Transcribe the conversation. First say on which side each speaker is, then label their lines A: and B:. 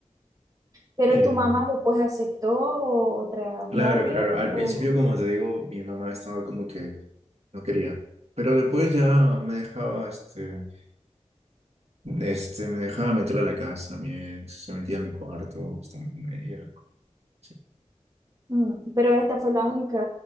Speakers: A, on the right; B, on the right.
A: Pero
B: em,
A: tu mamá después aceptó o- otra
B: Claro,
A: novia
B: claro. Al
A: o...
B: principio, como te digo, mi mamá estaba como que no quería. Pero después ya me dejaba, este, este, me dejaba meterla a la casa, mi ex se metía a mi cuarto, estaba con ella. sí.
A: Mm, pero esta fue la única